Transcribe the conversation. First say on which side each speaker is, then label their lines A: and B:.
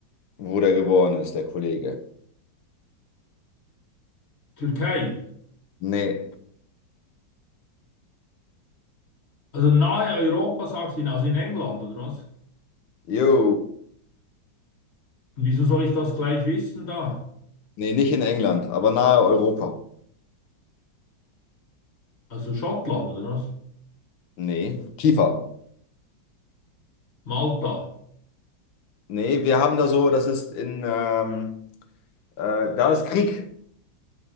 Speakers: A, on the left; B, on the left.
A: wo der geboren ist, der Kollege.
B: Türkei.
A: Nee.
B: Also nahe Europa, sagst du, in- also in England, oder was?
A: Jo.
B: Und wieso soll ich das gleich wissen da?
A: Nee, nicht in England, aber nahe Europa.
B: Also Schottland, oder was?
A: Nee, tiefer.
B: Malta.
A: Nee, wir haben da so, das ist in, ähm, äh, da ist Krieg